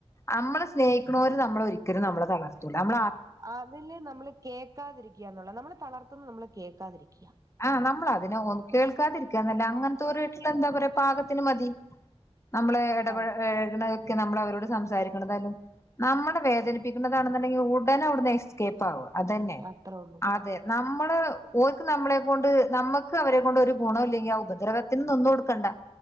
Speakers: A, on the left; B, on the right.
A: നമ്മളെ സ്നേിക്കുന്നോര് നമ്മളെ ഒരിക്കലും നമ്മളെ തളർത്തുള്ളൂ നമ്മള
B: അതില് നമ്മള് കേക്കാതിരിക്കന്നുള്ള നമ്മളള് തളർത്തുന്നു നമ്മള് കേൾക്കാതിരിക്യ
A: ആഹ് നമ്മള് അതിനെന്നും കേൾക്കാതിരിക്കന്നല്ല അങ്ങനത്തെ ഒരേട്ടുള്ള എന്താ പറയാ പാകത്തിന് മതി. നമ്മള് ഇടപഴകണതൊക്കെ
B: അതെ
A: നമ്മള് അവരോട് സംസാരിക്കണതാലും നമ്മളെ വേദനിപ്പിക്കുന്നതാണെങ്കി ഉടനെ അവ്ട് ന്ന് എസ്കേപ്പ് ആവ അതന്നെ
B: അത്രേ ഉള്ളൂ
A: അതെ നമ്മള് ഓർക്ക് നമ്മളെ കൊണ്ട് നമ്മക്ക് അവരെ കൊണ്ട് ഒരു ഗുണോല്ലെങ്കി ആ ഉപദ്രവത്തിന് നിന്ന് കൊടുക്കണ്ട